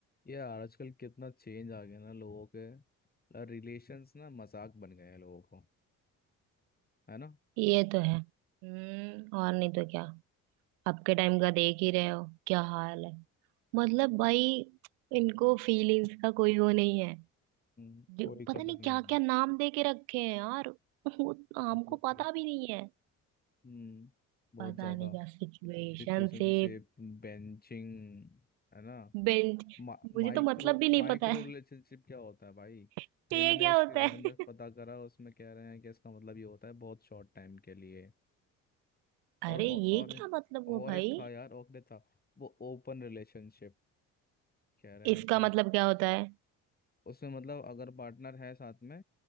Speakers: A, on the left; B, on the right.
A: यार आजकल कितना चेंज आ गया ना लोगों के रिलेशंस ना मजाक बन गए हैं लोगों को है ना
B: ये तो है हम्म और नहीं तो क्या आपके टाइम का देख ही रहे हो क्या हाल है मतलब भाई इनको फीलिंग्स का कोई वो नहीं है
A: हम्म, कोई
B: जो पता
A: कदर
B: नहीं
A: नहीं
B: क्या क्या नाम दे के रखे हैं यार वो हमको
A: एग्जैक्टली
B: पता भी नहीं है
A: हम्म बहुत
B: पता
A: ज्यादा
B: नहीं क्या सिचुएशनशिप
A: सिचुएशन से बेंचिंग है ना
B: बेंच
A: मा, माइक्रो
B: मुझे तो मतलब भी नहीं
A: माइक्रो
B: पता है
A: रिलेशनशिप क्या होता है भाई
B: <laughs>
A: फिर
B: ये
A: मैंने
B: क्या
A: इसके
B: होता
A: बारे
B: है
A: में पता करा उसमें कह रहे हैं कि इसका मतलब ये होता है बहुत शॉर्ट टाइम के लिए
B: <laughs>
A: और
B: अरे
A: और
B: ये
A: और एक,
B: क्या मतलब
A: और
B: हुआ भाई
A: एक था यार और एक था वो ओपन रिलेशनशिप कह रहे
B: इसका
A: हैं क्या
B: मतलब क्या होता है
A: उसमें मतलब अगर पार्टनर है साथ में